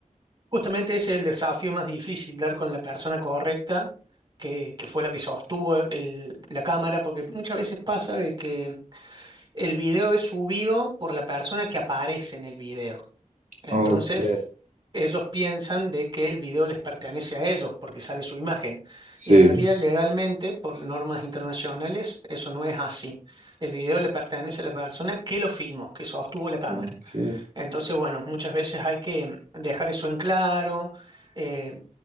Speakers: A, on the right; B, on the right.
A: Justamente ese es el desafío más difícil, dar con la persona correcta, que, que fue la que sostuvo el- la cámara, porque muchas veces pasa de que el video es subido por la persona que aparece en el video. Entonces,
B: Ok,
A: ellos piensan de que el video les pertenece a ellos porque sale su imagen.
B: sí,
A: Y en realidad, legalmente, por normas internacionales, eso no es así. El video le pertenece a la persona que lo filmó, que sostuvo la cámara.
B: ok,
A: Entonces, bueno, muchas veces hay que dejar eso en claro, eh,